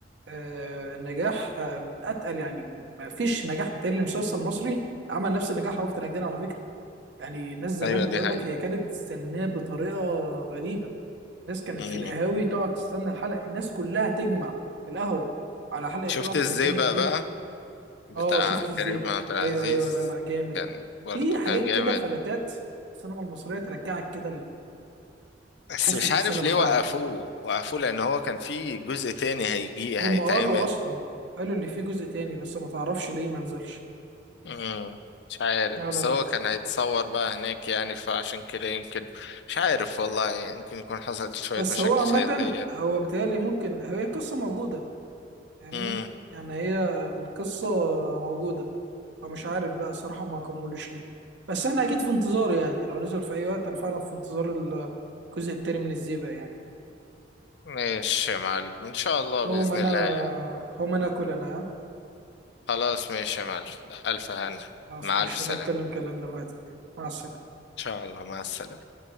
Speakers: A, on the right (about 75°); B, on the left (about 65°).
A: آه، نجاح آه، من اتقل يعني ما فيش نجاح بتاعي لمسلسل مصري عمل نفس نجاح رأفت الهجان على فكره يعني الناس زمان
B: ايوه دي
A: بتقول
B: حقيقة
A: لك هي كانت بتستناه بطريقه غريبه الناس كانت
B: مم.
A: في القهاوي تقعد تستنى الحلقه الناس كلها تجمع في القهوه على حلقه
B: شفت
A: رأفت
B: ازاي
A: الهجان
B: بقى
A: الجديده
B: بقى بتاع
A: اه شفت
B: كريم
A: ازاي بقى
B: عبد العزيز
A: ايوه ايوه لا لا جامد
B: كان برضو
A: في حاجات
B: كان جامد
A: كده فلتات السينما المصريه ترجعك كده ل-
B: بس
A: تحس
B: مش
A: ان
B: عارف
A: في سينما
B: ليه
A: فعلا
B: وقفوه وقفوه لان هو كان في جزء تاني هيجي
A: هم
B: هيتعمل
A: قالوا اصلا قالوا اللي فيه جزء تاني بس ما تعرفش ليه ما نزلش
B: مم. مش عارف
A: لا
B: بس
A: لا لا
B: هو كان هيتصور بقى هناك يعني فعشان كده يمكن مش عارف والله يعني يمكن يكون حصلت شوية
A: بس
B: مشاكل
A: هو عامة
B: سياسية
A: هو بيتهيألي ممكن هي القصة موجودة فاهمني
B: امم
A: يعني هي القصة موجودة فمش عارف بقى صراحة ما كملوش ليه بس احنا اكيد في انتظاره يعني لو نزل في اي وقت انا فعلا في انتظار الجزء التاني من الزيبق يعني
B: ماشي يا معلم ان شاء الله
A: هو
B: بإذن
A: ما انا
B: الله يعني
A: هو ما انا اكل انا ها؟
B: خلاص ماشي يا معلم ألف هنا
A: خلاص
B: مع
A: ماشي
B: ألف سلامة
A: نبقى نتكلم
B: ان
A: كلامنا في وقت تاني مع السلامة
B: شاء الله مع السلامة